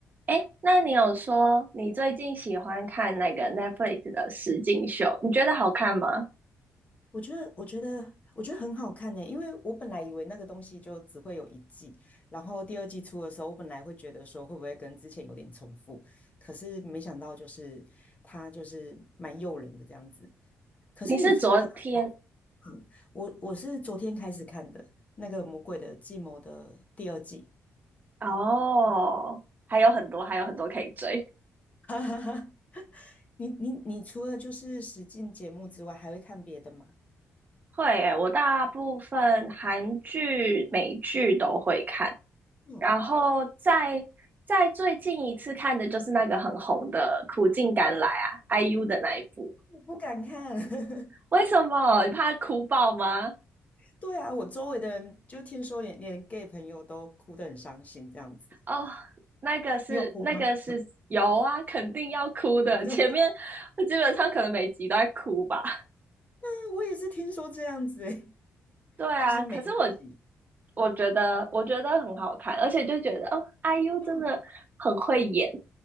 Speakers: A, on the right; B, on the left.
A: 哎，那你有说你最近喜欢看那个 Netflix 的实境秀，你觉得好看吗？
B: 我觉得，我觉得，我觉得很好看呢，因为我本来以为那个东西就只会有一季，然后第二季出的时候，我本来会觉得说会不会跟之前有点重复，可是没想到就是它就是蛮诱人的这样子。可是你除了那
A: 你是昨天
B: 个我我是昨天开始看的那个《魔鬼的计谋》的第二季，
A: 哦，还有很多，还有很多可以追。
B: <laughs> 哈哈哈。你你你除了就是使境节目之外，还会看别的吗？
A: 会诶，我大部分韩剧、美剧都会看，
B: 哦，
A: 然后在在最近一次看的就是那个很红的《苦尽甘来》啊，IU 的那一部。
B: 我不敢看。<laughs>
A: 为什么？你怕哭爆吗？
B: 对啊，我周围的人就听说连连 gay 朋友都哭得很伤心这样子，
A: 哦，那个是那个是有啊，
B: 你有哭吗？
A: 肯定要哭的。
B: <laughs>
A: 前面我基本上可能每集都在哭吧。
B: 啊，我也是听说这样子欸，<laughs>
A: <laughs> 对啊，
B: 就是每一集，
A: 可是我我觉得我觉得很好看，而且就觉得哦，IU
B: 嗯
A: 真的很会演。